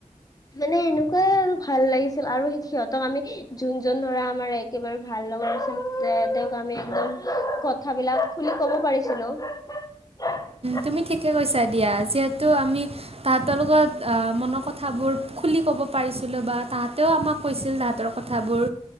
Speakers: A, on the left; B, on the right.
A: মানে এনেকুৱাই আৰু ভাল লাগিছিল আৰু স সিহঁতক আমি যোনজন ধৰা আমাৰ একেবাৰে ভাল লগৰ তেওঁক আমি একদম কথাঁ বিলাক খুলি ক'ব পাৰিছিলো। উ <unintelligible>
B: তুমি ঠিকে কৈছা দিয়া যিহেতু আমি তাহতৰ লগত মনৰ কথা বোৰ ক'ব পাৰিছিলো বা তাহাঁতেও আমাক কৈছিল তাহঁতৰ কথাবোৰ